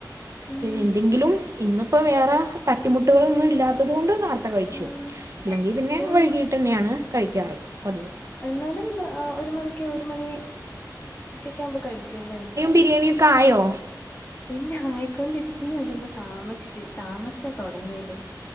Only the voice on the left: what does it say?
ഉം
ഉം
ഓ
എന്നാലും ഒരു മണിക്ക് ഒരു മണി ക്കൊക്കെ ആവുമ്പോ കഴിക്കുംല്ലേ
ഇല്ല ആയിക്കൊണ്ടിരിക്കുന്നുള്ളു ഇന്ന് താമസിച്ച് താമസിച്ചാ തുടങ്ങിയത്